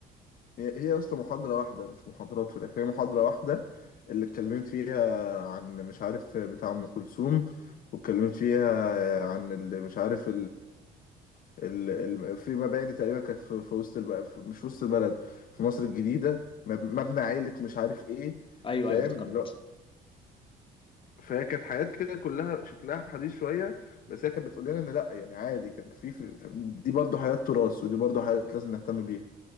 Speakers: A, on the left; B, on the left.
A: هي هي يا اسطى محاضرة واحدة مش محاضرات في الآخر هي محاضرة واحدة اللي اتكلمت فيها عن مش عارف بتاع أم كلثوم واتكلمت فيها عن اللي مش عارف ال... ال... في مباني تقريبا كانت في... في وسط الب... في... مش في وسط البلد في مصر الجديدة مب... مبنى عائلة مش عارف ايه
B: ايوه
A: فاهم
B: ايوه افتكرت
A: اللي هو- فهي كانت حاجات كده كلها شكلها حديث شوية بس هي كانت بتقول لنا ان لا يعني عادي كان في, في... في- دي برضو حاجات تراث ودي برضو حاجات لازم نهتم بيها